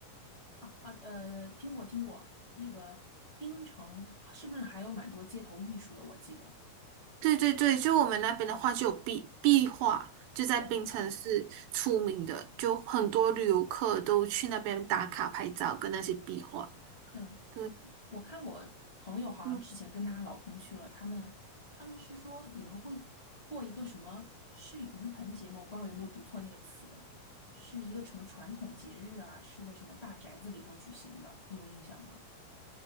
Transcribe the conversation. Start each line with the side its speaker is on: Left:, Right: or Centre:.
Left: 啊啊呃，听过听过，那个槟城是不是还有蛮多街头艺术的？我记得，
Right: 对对对，就我们那边的话就有壁壁画，就在槟城是出名的，
Left: 哦
Right: 就很多旅游客都去那边打卡拍照跟那些壁画。
Left: 嗯，
Right: 对。
Left: 我看我朋友好像之前跟她老公去了，
Right: 嗯。
Left: 他们他们是说你们会过一个什么是盂盆节吗？我不知道有没有读错那个词，是一个什么传统节日啊？是在什么大宅子里头举行的？你有印象吗？